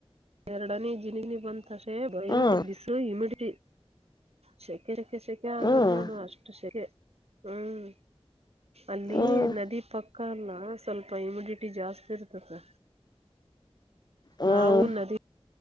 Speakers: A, on the right; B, on the left.
A: ಎರಡನೇ ಜಿನಿನಿ ಬಂದ ತಸೆ ಭಯಂಕರ
B: ಹ್ಮ್
A: ಬಿಸ ಇಮಿಡಿಟಿ ಸೆಕೆ ಸೆಖೆ ಸೆಖೆ ಆಗಾದ
B: ಹ್ಮ್
A: ನೋಡು ಅಷ್ಟು ಸೆಕೆ ಹ್ಮ್ ಅಲ್ಲಿ
B: ಹ್ಮ್
A: ನದಿ ಪಕ್ಕ ಕಲ್ಲ ಸ್ವಲ್ಪ ಇಮಿಡಿಟಿ ಜಾಸ್ತಿ ಇರ್ತದೆ
B: ಹ್ಮ್
A: ನಾವು ನದಿ